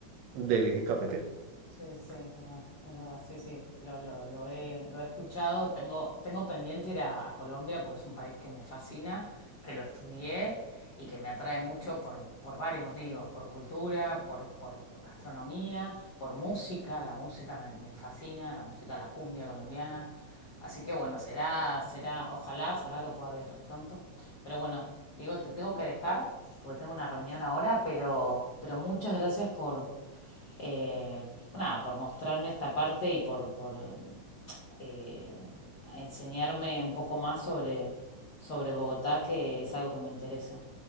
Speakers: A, on the right (about 70°); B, on the left (about 60°).
A: del eje cafetero.
B: Sí, sí, es verdad, es verdad, sí, sí, lo, lo, lo he, lo he escuchado, tengo, tengo pendiente ir a, a Colombia porque es un país que me fascina, que lo estudié y que me atrae mucho por, por varios motivos, por cultura, por, por gastronomía, por música, la música me, me fascina, la música, la cumbia colombiana, así que bueno, será, será, ojalá, ojalá que pueda viajar pronto, pero bueno, digo, te tengo que dejar porque tengo una reunión ahora, pero, pero muchas gracias por eh, nada, por mostrarme esta parte y por, por eh, enseñarme un poco más sobre, sobre Bogotá, que es algo que me interesa.